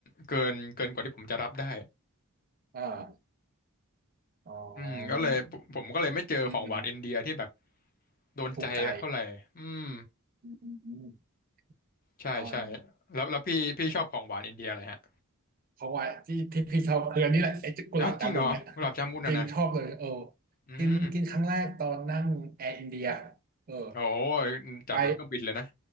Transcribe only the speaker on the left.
เกินเกินกว่าที่ผมจะรับได้
อืมก็เลยผมผมก็เลยไม่เจอของหวานอินเดียที่แบบ
โดนใจสักเท่าไหร่อืม
ใช่ใช่
แล้วแล้วพี่พี่ชอบของหวานอินเดียอะไรฮะ
อ้าวจริงเหรอกุหลาบจามุนอ่ะนะ
อืม
โอ้ยจัดบนเครื่องบินเลยนะ